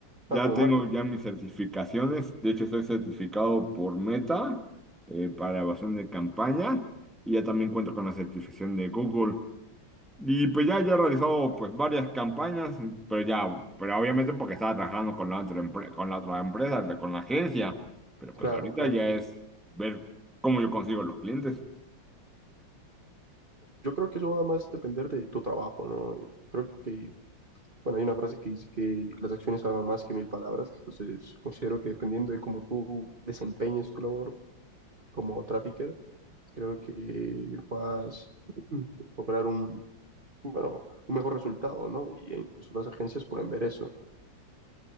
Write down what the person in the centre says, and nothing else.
Ya
tengo
ya mis certificaciones, de hecho estoy certificado por Meta eh, para evaluación de campañas y ya también cuento con la certificación de Google. Y pues ya, ya he realizado pues varias campañas, pero ya, pero obviamente porque estaba trabajando con la otra empre- con la otra empresa, con la agencia, pero
pues ahorita
ya es ver cómo yo consigo los clientes.